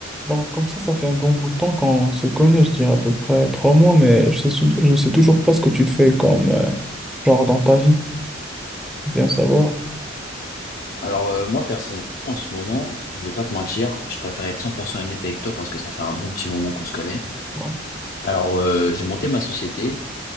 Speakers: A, in the centre; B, on the left.
A: Donc comme ça, ça fait un bon bout de temps qu'on se connaît, je dirais à peu près trois mois, mais je sais, sou- je sais toujours pas ce que tu fais comme euh, genre dans ta vie, bien savoir.
B: Alors euh, moi personnellement en ce moment, je vais pas te mentir, je préfère être 100% honnête avec toi parce que ça fait un bon petit moment qu'on se connaît.
A: Ouais.
B: Alors euh, j'ai monté ma société.